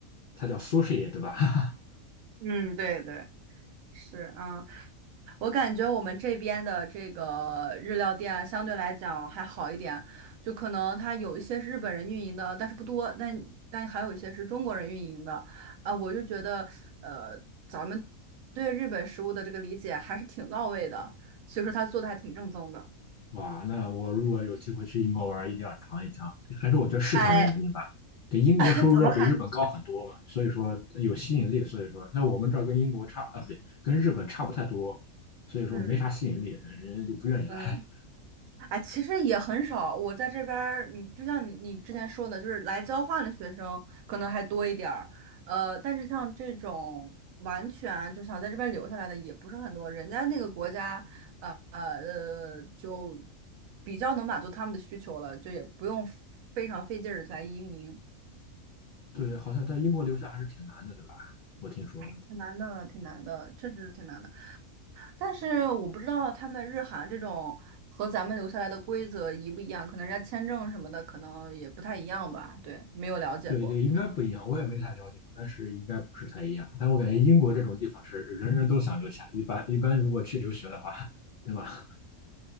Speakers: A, on the left; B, on the right.
A: 它叫 sushi 对吧？<laughs>
B: 嗯，对对。是，啊，我感觉我们这边的这个日料店啊相对来讲还好一点，就可能它有一些是日本人运营的，但是不多，但但还有一些是中国人运营的，啊，我就觉得，呃，咱们对日本食物的这个理解还是挺到位的，所以说他做的还挺正宗的。
A: 哇，那我如果有机会去英国玩儿一定要尝一尝。还是我觉得市场的原因吧，
B: 哎，
A: 这英国收入要比日本高很多嘛，
B: <laughs> 怎么还
A: 所以说有吸引力。所以说，那我们这儿跟英国差啊，不对，跟日本差不太多，所以说没啥吸引力，
B: 嗯。
A: 人家就不愿意来。
B: 嗯？
A: <laughs>
B: 哎，其实也很少。我在这边儿，你就像你你之前说的，就是来交换的学生可能还多一点儿。呃，但是像这种完全就想在这边留下来的也不是很多。人家那个国家，呃呃呃，就比较能满足他们的需求了，就也不用非常费劲儿来移民，
A: 对，好像在英国留下还是挺难的，对吧？我听说，
B: 挺难的，挺难的，确实是挺难的。但是我不知道他们日韩这种和咱们留下来的规则一不一样，可能人家签证什么的可能也不太一样吧。对，没有了解过。
A: 对对，应该不一样，我也没太了解过，但是应该不是太一样。
B: 嗯，
A: 但我感觉英国这种地方是人人都想留下，
B: 对，
A: 一般一般如果去留学的话，对吧？